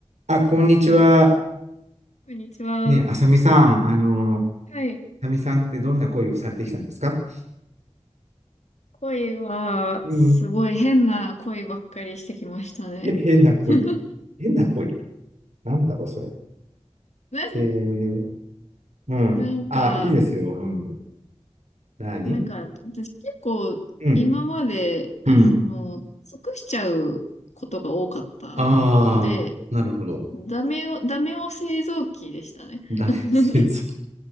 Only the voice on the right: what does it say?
あ、こんにちは。
ね、あさみさん、あの、
あさみさんってどんな恋をされてきたんですか
うん。
へ、変な恋。
変な恋。なんだろう、それ。
えー、うん。
あ、いいですよ。うん。何
うん。
うん。
ああ、なるほど。
ダメ先生。